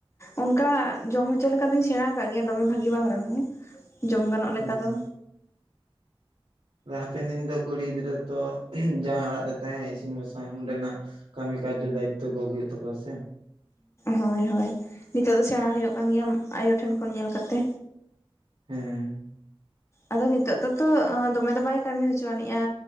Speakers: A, on the left; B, on the right.
A: ᱚᱱᱠᱟ ᱡᱚᱢ ᱦᱚᱪᱚ ᱞᱮᱠᱟ ᱫᱚᱧ ᱥᱮᱲᱟ ᱟᱠᱟᱫ ᱜᱮᱭᱟ ᱫᱚᱢᱮ ᱵᱷᱟᱜᱤ ᱵᱟᱝ ᱨᱮᱦᱚᱸ ᱡᱚᱢ ᱜᱟᱱᱚᱜ
B: ᱦᱮᱸ
A: ᱞᱮᱠᱟ ᱫᱚ
B: ᱦᱟᱯᱮᱱ ᱫᱤᱱ ᱫᱚ ᱠᱩᱲᱤ ᱜᱤᱫᱽᱨᱟᱹ ᱛᱚ ᱡᱟᱶᱟᱭ ᱚᱲᱟᱜ ᱨᱮ ᱛᱟᱦᱮᱸ ᱤᱥᱤᱱ ᱵᱟᱥᱟᱝ ᱚᱸᱰᱮᱱᱟᱜ ᱠᱟᱹᱢᱤ ᱠᱟᱨᱡᱚ ᱫᱟᱭᱤᱛᱛᱚ ᱜᱚᱜ ᱦᱩᱭᱩᱜ ᱛᱟᱠᱚᱣᱟ ᱥᱮ
A: ᱦᱳᱭ ᱦᱳᱭ ᱱᱤᱛᱚᱜ ᱫᱚ ᱥᱮᱬᱟ ᱦᱩᱭᱩᱜ ᱠᱟᱱ ᱜᱮᱭᱟ ᱟᱭᱳ ᱴᱷᱮᱱ ᱠᱷᱚᱱ ᱧᱮᱞ ᱠᱟᱛᱮ
B: ᱦᱮᱸ
A: ᱟᱫᱚ ᱱᱤᱛᱚᱜ ᱫᱚᱛᱚ ᱫᱚᱢᱮ ᱫᱚ ᱵᱟᱭ ᱠᱟᱹᱢᱤ ᱦᱚᱪᱚ ᱟᱹᱱᱤᱡᱼᱟ